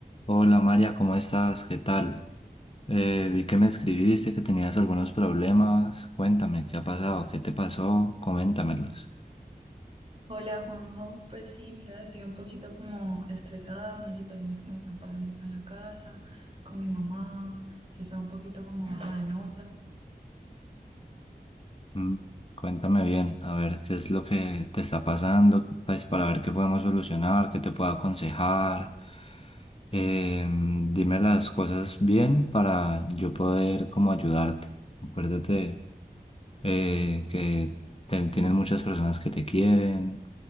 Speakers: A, on the left (about 35°); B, on the right (about 35°).
A: Hola María, ¿cómo estás? ¿Qué tal? Eh, vi que me escribiste, que tenías algunos problemas. Cuéntame, ¿qué ha pasado? ¿Qué te pasó? Coméntamelos.
B: Hola Juanjo, pues sí, mira, estoy un poquito como estresada, unas situaciones que me están pasando acá en la casa, con mi mamá, está un poquito como baja de nota,
A: Mm, Cuéntame bien, a ver qué es lo que te está pasando, pues para ver qué podemos solucionar, qué te puedo aconsejar. Em, dime las cosas bien para yo poder como ayudarte. Acuérdate eh, que te- tienes muchas personas que te quieren.